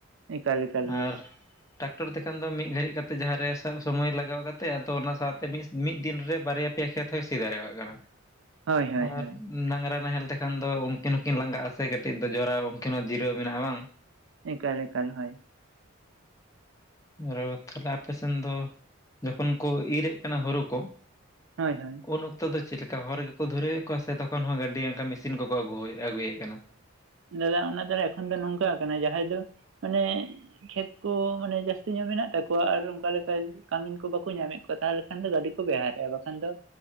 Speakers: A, on the right (about 65°); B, on the left (about 15°).
A: ᱮᱠᱟᱞ ᱮᱠᱟᱞ ᱦᱳᱭ
B: ᱟ-ᱨ-ᱦ ᱾ ᱴᱟᱠᱴᱚᱨ ᱛᱮᱠᱷᱟᱱ ᱫᱚ ᱢᱤᱫ ᱜᱷᱟᱹᱲᱤᱡ ᱠᱟᱛᱮ ᱡᱟᱦᱟᱸ ᱨᱮ ᱥᱟᱵ ᱥᱚᱢᱚᱭ ᱞᱟᱜᱟᱣ ᱠᱟᱛᱮ ᱟᱫᱚ ᱚᱱᱟ ᱥᱟᱶᱛᱮ ᱢᱤᱫ ᱢᱤᱫ ᱫᱤᱱ ᱨᱮ ᱵᱟᱨᱭᱟ ᱠᱮ ᱠᱷᱮᱛ ᱦᱚᱸᱭ ᱥᱤ ᱫᱟᱲᱮᱭᱟᱜ ᱠᱟᱱᱟ
A: ᱦᱳᱭ ᱦᱳᱭ
B: ᱟᱨ
A: ᱦᱳᱭ
B: ᱰᱟᱝᱨᱟ ᱱᱟᱦᱮᱞ ᱛᱮ ᱮᱱᱠᱷᱟᱱ ᱫᱚ ᱩᱱᱠᱤᱱ ᱦᱚᱸᱠᱤᱱ ᱞᱟᱸᱜᱟᱜᱼᱟ ᱥᱮ ᱠᱟᱹᱴᱤᱡ ᱫᱚ ᱡᱚᱲᱟᱣ ᱩᱱᱠᱤᱱ ᱦᱚᱸ ᱡᱤᱨᱟᱹᱣ ᱢᱮᱱᱟᱜᱼᱟ ᱵᱟᱝ
A: ᱮᱠᱟᱞ ᱮᱠᱟᱞ ᱦᱳᱭ
B: ᱟᱨᱚ ᱛᱟᱦᱚᱞᱮ ᱟᱯᱮᱥᱱ ᱫᱚ ᱡᱚᱠᱷᱚᱱ ᱠᱚ ᱤᱨᱮᱫ ᱠᱟᱱᱟ ᱦᱳᱨᱳ ᱠᱚ
A: ᱦᱳᱭ ᱦᱳᱭ
B: ᱩᱱ ᱚᱠᱛᱚ ᱫᱚ ᱪᱮᱫ ᱞᱮᱠᱟ ᱦᱚᱲ ᱜᱮᱠᱚ ᱫᱷᱩᱨᱟᱹᱣᱮᱫ ᱠᱚᱣᱟ ᱥᱮ ᱛᱚᱠᱷᱚᱱ ᱦᱚᱸ ᱜᱟᱹᱰᱤ ᱚᱱᱠᱟ ᱢᱮᱥᱤᱱ ᱠᱚᱠᱚ ᱟᱹᱜᱩᱭ ᱟᱹᱜᱩᱭᱮᱫ ᱠᱟᱱᱟ
A: ᱫᱟᱫᱟ ᱚᱱᱟ ᱫᱚ ᱮᱠᱷᱚᱱ ᱫᱚ ᱱᱚᱝᱠᱟ ᱠᱟᱱᱟ ᱡᱟᱦᱟᱸᱭ ᱫᱚ ᱢᱟᱱᱮ ᱠᱷᱮᱛ ᱠᱚ ᱢᱟᱱᱮ ᱡᱟᱹᱥᱛᱤ ᱧᱚᱜ ᱢᱮᱱᱟᱜ ᱛᱟᱠᱚᱣᱟ ᱟᱨ ᱚᱱᱠᱟ ᱞᱮᱠᱟ ᱠᱟᱹᱢᱤᱱ ᱠᱚ ᱵᱟᱠᱚ ᱧᱟᱢᱮᱫ ᱛᱟᱞᱦᱮ ᱠᱷᱟᱱ ᱫᱚ ᱜᱟᱹᱰᱤ ᱠᱚ ᱜᱮ ᱟᱨ ᱵᱟᱠᱷᱟᱱ ᱫᱚ